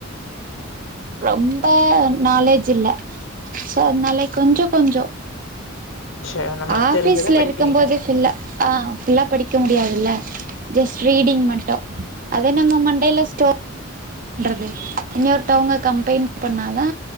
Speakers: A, on the right; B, on the left.
A: ரொம்ப நாலேஜ் இல்ல சோ அதனால கொஞ்ச கொஞ்ச
B: சரி நம்மளுக்கு
A: ஆபீஸ்ல
B: தெரிஞ்சத படிக்கிறீங்க.
A: இருக்கும் போது ஃபுல்லா ஆ ஃபுல்லா படிக்க முடியாதுல்ல ஜஸ்ட் ரீடிங் மட்டும் அத நம்ம மண்டேில ஸ்டோர் பண்றது இன்னருவங்க கம்பெயின் பண்ணாதா